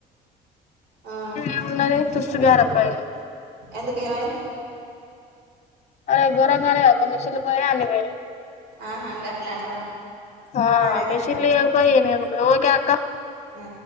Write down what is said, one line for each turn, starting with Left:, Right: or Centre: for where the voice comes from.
Right: ఆ
Left: ఏమున్నది తుస్తుగారపోయింది
Right: ఎందుకేమయింది
Left: అరే గోరంగా లేదా అక్కా మిషన్లు పోయినయ్ మీవి
Right: ఆహా గట్లా అంటావా
Left: ఆ
Right: సరేరా
Left: మిషన్ లే పయి అ మీ వూర్ కే అక్కా
Right: ఆ